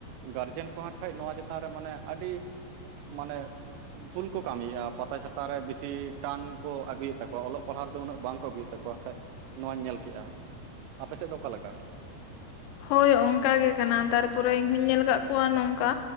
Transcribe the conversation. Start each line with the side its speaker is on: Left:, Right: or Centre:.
Right: ᱜᱟᱨᱡᱮᱱ ᱠᱚᱦᱟᱸᱜ ᱠᱷᱟᱱ ᱱᱚᱣᱟ ᱪᱮᱛᱟᱱ ᱨᱮ ᱢᱟᱱᱮ ᱟᱹᱰᱤ ᱢᱟᱱᱮ ᱵᱷᱩᱞ ᱠᱚ ᱠᱟᱹᱢᱤᱭᱮᱜ-ᱟ᱾ ᱯᱟᱛᱟ ᱪᱷᱟᱛᱟ ᱨᱮ ᱵᱤᱥᱤ ᱴᱟᱱ ᱠᱚ ᱟᱹᱜᱩᱭᱮᱫ ᱛᱟᱠᱚᱣᱟ, ᱚᱞᱚᱜ ᱯᱟᱲᱦᱟᱜ ᱨᱮᱫᱚ ᱩᱱᱟᱹᱜ ᱵᱟᱝ ᱠᱚ ᱟᱹᱜᱩᱭᱮᱫ ᱛᱟᱠᱚᱣᱟ ᱦᱟᱸᱜ ᱠᱷᱟᱡ᱾ ᱱᱚᱣᱟᱧ ᱧᱮᱞ ᱠᱮᱜ-ᱟ, ᱟᱯᱮ ᱥᱮᱫ ᱫᱚ ᱚᱠᱟ ᱞᱮᱠᱟ?
Left: ᱦᱳᱭ ᱚᱝᱠᱟ ᱜᱮ ᱠᱟᱱᱟ, ᱛᱟᱨᱯᱚᱨᱮ ᱤᱧᱦᱩᱧ ᱧᱮᱞ ᱠᱟᱜ ᱠᱚᱣᱟ ᱱᱚᱝᱠᱟ